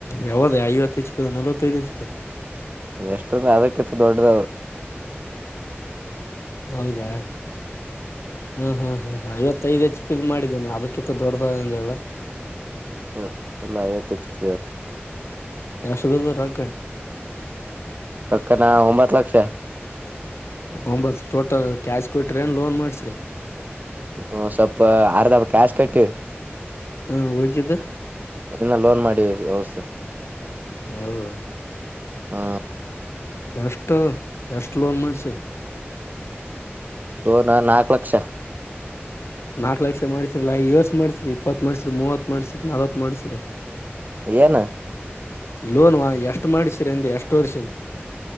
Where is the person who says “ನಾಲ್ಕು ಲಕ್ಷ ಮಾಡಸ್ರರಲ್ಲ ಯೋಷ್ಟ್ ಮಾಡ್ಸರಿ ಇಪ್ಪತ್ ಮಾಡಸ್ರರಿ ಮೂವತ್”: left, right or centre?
Left